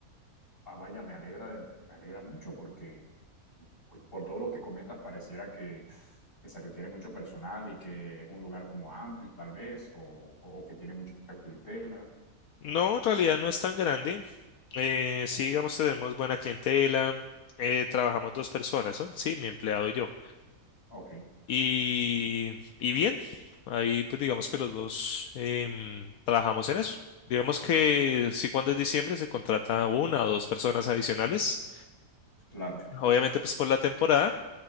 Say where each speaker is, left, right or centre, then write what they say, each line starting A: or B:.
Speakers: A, on the left; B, on the left.
A: Ah, vaya, me alegra de- me alegra mucho porque por todo lo que comentas pareciera que, que se requiere mucho personal y que es un lugar como amplio tal vez o, o que tiene mucha clientela.
B: No, en realidad no es tan grande. Eh, sí, digamos, tenemos buena clientela. eh, trabajamos dos personas, ¿no? Sí, mi empleado y yo.
A: Ok,
B: Y, y bien, ahí pues digamos que los dos em, trabajamos en eso. Digamos que sí, cuando es diciembre se contrata una o dos personas adicionales,
A: claro.
B: obviamente pues por la temporada,